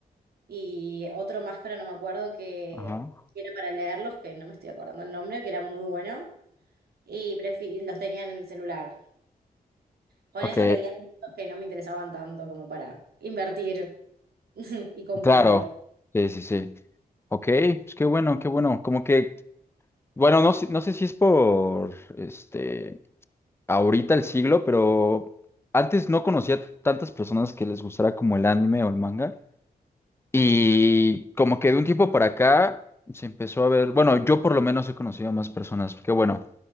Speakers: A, on the right (about 80°); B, on the left (about 15°).
A: y otro máscara, no me acuerdo, que
B: Ajá.
A: que era para leerlos, que no me estoy acordando el nombre, que era muy bueno. Y prefi- los tenía en el celular. Con
B: Ok,
A: eso leía libros que no me interesaban tanto como para invertir <laughs> y comprarlos.
B: Claro, sí, sí, sí. Ok, pues qué bueno, qué bueno. Como que, bueno, no, sé- no sé si es por, este, ahorita el siglo, pero antes no conocía tantas personas que les gustara como el anime o el manga. Y como que de un tiempo para acá se empezó a ver, bueno, yo por lo menos he conocido a más personas, qué bueno.